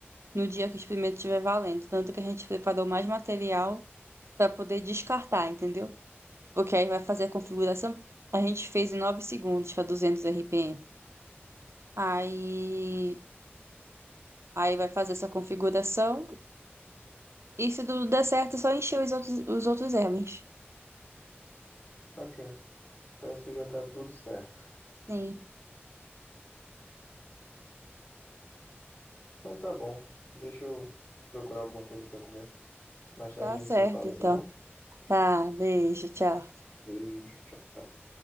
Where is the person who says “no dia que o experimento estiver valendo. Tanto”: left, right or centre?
Right